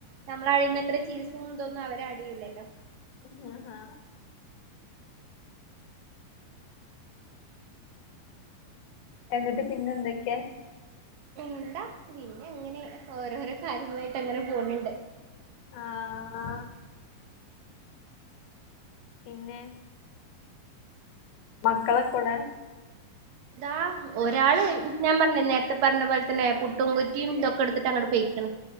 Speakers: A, on the right (about 70°); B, on the left (about 80°).
A: നമ്മള അടിയുന്ന ത്ര ചീസുംതൊന്നും അവരെ അടിയില്ലല്ലോ.
B: ആ, ആ. എന്നിട്ട് പിന്നെ എന്തൊക്കെ?
A: എന്താ പിന്നെ അങ്ങനെ ഓരോരോ കാര്യങ്ങളായിട്ട് അങ്ങനെ പോണണ്ട്.
B: ആ. പിന്നെ മക്കളൊക്കെവിടെ
A: ഇതാ ഒരാള് ഞാൻ പറഞ്ഞില്ലേ നേരത്തെ പറഞ്ഞ പോലെ തന്നെ പുട്ടും കുറ്റിയും ഇതൊക്കെ എടുത്തിട്ട് അങ്ങട്ട് പൊയ്ക്കണ്